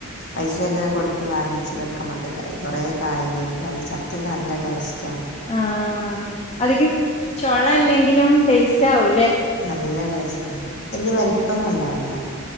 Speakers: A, on the left (about 50°); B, on the left (about 25°).
A: പൈസൊക്കെ കൊടുത്ത് വാങ്ങിച്ചതൊക്കെ മുതലായി കുറെ കായകളുണ്ടായി ചക്കയൊക്കെ നല്ല ടേസ്റ്റ്
B: ആഹ് അതി ചോള അല്ലെങ്കിലും ടേസ്റ്റ് ട്ടാവു
A: നല്ലട വല്യ വലിപ്പൊന്നും ഉണ്ടാവില്ല